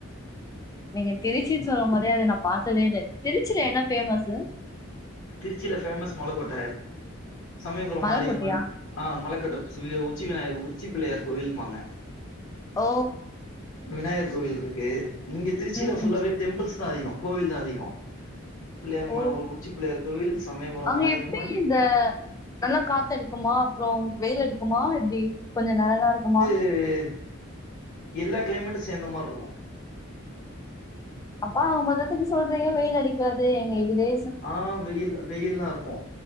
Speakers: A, on the left; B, on the left.
A: நீங்க திருச்சின் சொல்லும் போதே அத நா பாத்ததே இல்ல திருச்சில என்ன ஃபேமஸு
B: திருச்சில ஃபேமஸ் மலகோட்ட சமயபுரம்
A: மலைக்கோட்டையா
B: மாரியம்மன் ஆ மலக்கோட்ட சிவிய உச்சி விநாயகர் உச்சி பிள்ளயார் கோயிலும்பாங்க
A: ஓ
B: விநாயர் கோவில்ருக்கு இங்க திருச்சில
A: உம்
B: ஃபுல்லாவே டெம்பிள்ஸ் தா அதிகொ கோவில் தா அதிகொ பிள்ளயமா
A: ஓ!
B: உச்சி பிள்ளயார் கோவில் சமயபுரம்
A: அங்க
B: மாரியம்மன்
A: எப்டி இந்த நல்லா காத்தடிக்குமா அப்றோ வெயிலடிக்குமா எப்டி கொஞ்சொ நெழலா இருக்குமா
B: து எல்லா கிளைமேட்டு சேந்த மார்ருக்கு
A: அப்ப ஆக மொத்தத்துக்கு சொல்றீங்க வெயில் அடிக்காது எங்க இதுவே
B: ஆ வெயில் வெயில்லா இருக்கு